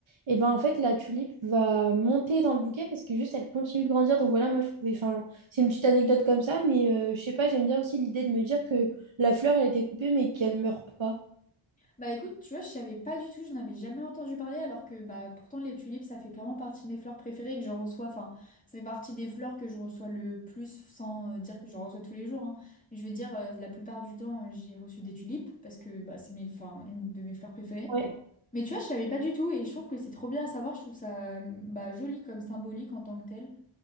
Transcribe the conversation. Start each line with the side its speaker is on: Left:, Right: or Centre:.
Right: et ben en fait, la tulipe va monter dans le bouquet parce que juste elle continue de grandir. Donc voilà, moi je trouvais, enfin, c'est une petite anecdote comme ça, mais euh, je sais pas, j'aime bien aussi l'idée de me dire que la fleur, elle a été coupée mais qu'elle meurt pas.
Left: Bah écoute, tu vois, je savais pas du tout, je n'avais jamais entendu parler, alors que bah pourtant les tulipes, ça fait clairement partie de mes fleurs préférées et que j'en reçois, enfin, ça fait partie des fleurs que je reçois le plus, sans euh, dire que j'en reçois tous les jours, hein. Mais je veux dire, euh, la plupart du temps, euh, j'ai reçu des tulipes, parce que bah c'est mes, enfin, une de mes fleurs préférées.
Right: Ouais,
Left: Mais tu vois, je savais pas du tout, et je trouve que c'est trop bien à savoir, je trouve ça euh, bah, joli comme symbolique en tant que tel.